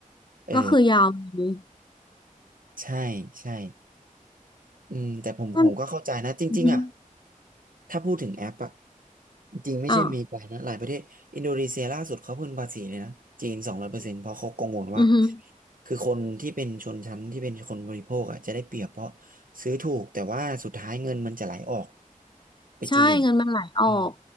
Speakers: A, on the right; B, on the left.
A: เออ
B: ก็คือยาวเลย
A: ใช่ใช่อืมแต่ผมผมก็เข้าใจนะจริงๆอ่ะ
B: ก็อือฮึ
A: ถ้าพูดถึงแอปอ่ะจริงๆไม่ใช่มีไปนะหลายประเทศอินโดนีเซียล่าสุดเขาเพิ่งภาษีเลยนะจีนสองร้อยเปอร์เซ็นต์เพราะเขากังวลว่า
B: อ่าอือฮึ
A: คือคนที่เป็นชนชั้นที่เป็นคนบริโภคอ่ะจะได้เปรียบเพราะซื้อถูกแต่ว่าสุดท้ายเงินมันจะไหลออกไปจีน
B: ใช่เงินมันไหลออก
A: อืม